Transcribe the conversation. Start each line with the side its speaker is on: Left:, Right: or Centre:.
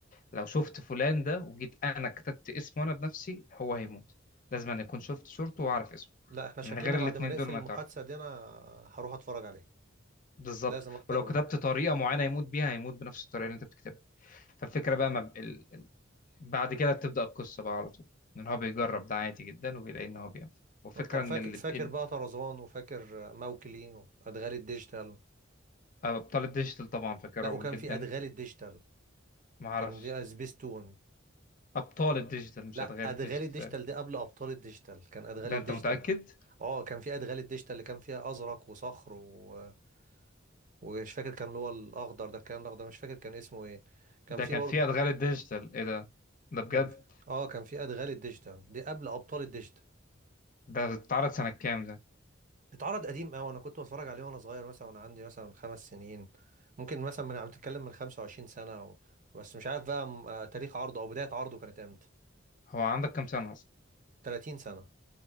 Left: لو شفت فلان ده وجيت انا كتبت اسمه انا بنفسي هو هيموت لازم انا اكون شفت صورته واعرف اسمه
Right: لا احنا
Left: من
Right: شكلنا
Left: غير
Right: بعد
Left: الاتنين
Right: ما نقفل
Left: دول ما
Right: المحادثة
Left: تعرف
Right: دي انا هروح اتفرج عليه
Left: بالظبط
Right: لازم احضر
Left: ولو كتبت طريقه معينه يموت بيها هيموت بنفس الطريقه اللي انت بتكتبها فالفكره بقى ما ب... ال... بعد كده بتبدا القصه بقى على طول ان هو بيجرب ده عادي جدا وبيلاقي ان هو بينفع والفكره
Right: طب
Left: ان
Right: فاكر
Left: ال...
Right: فاكر
Left: إن-
Right: بقى طرزان وفاكر موكلي وادغال الديجيتال
Left: ابطال الديجيتال طبعا فاكرهم
Right: لا وكان
Left: جدا
Right: في ادغال الديجيتال
Left: ما اعرفش
Right: كان دي سبيستون
Left: ابطال الديجيتال مش
Right: لا
Left: ادغال
Right: ادغال
Left: الديجيتال
Right: الديجيتال
Left: تقريبا
Right: دي قبل ابطال الديجيتال كان ادغال
Left: ده
Right: الديجيتال
Left: انت متاكد
Right: اه كان في ادغال الديجيتال اللي كان فيها ازرق وصخر و... ومش فاكر كان اللي هو الاخضر ده كان الاخضر مش فاكر كان اسمه ايه كان
Left: ده
Right: في
Left: كان
Right: برضه
Left: في ادغال الديجيتال ايه ده ده بجد
Right: كان في اه كان في ادغال الديجيتال دي قبل ابطال الديجيتال
Left: ده اتعرض سنه كام ده
Right: اتعرض قديم قوي انا كنت بتفرج عليه وانا صغير مثلا وانا عندي مثلا خمس سنين ممكن مثلا من عم تتكلم من 25 سنة و... بس مش عارف بقى م- آه، تاريخ عرضه او بداية عرضه كانت امتى
Left: هو عندك كام سنه اصلا
Right: 30 سنة